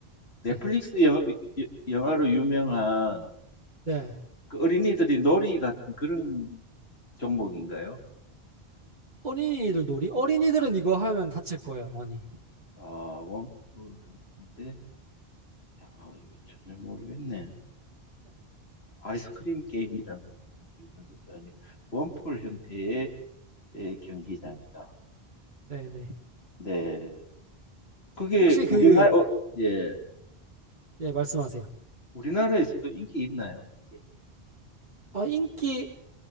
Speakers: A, on the left; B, on the right.
A: 넷플릭스
B: 네.
A: 여- 여- 영화로 유명한
B: 네.
A: 그 어린이들이 놀이 같은 그런 종목인가요?
B: 어린이들 놀이? 어린이들은 이거 하면 다칠 거예요, 많이.
A: 아, 원뿔 인데 야, 이거 전혀 모르겠네. 아이스크림 게임이라는 것도 있는 것도 아니고 원뿔 형태의 예, 경기장이다.
B: 네, 네.
A: 네, 그게
B: 혹시
A: 우리나라
B: 그,
A: 어, 예
B: 예, 말씀하세요.
A: 우리나라에서도 인기 있나요? 이게?
B: 아, 인기,